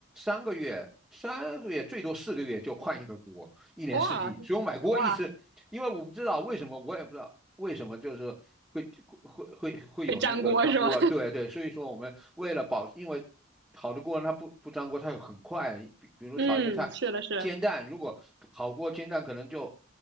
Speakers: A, in the centre; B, on the right.
A: 三个月。三个月最多四个月就换一个锅，一年四季。
B: 哇
A: 所以我买锅一直，
B: 哇，
A: 因为我不知道为什么，我也不知道，为什么就是会会会会有那个粘锅？
B: 会粘锅是吗？
A: 对对，所以说我们为了保，因为好的锅它不不粘锅，它很快。比比如炒一个菜，
B: <laughs> 嗯，是的是的
A: 煎蛋，如果好锅煎蛋可能就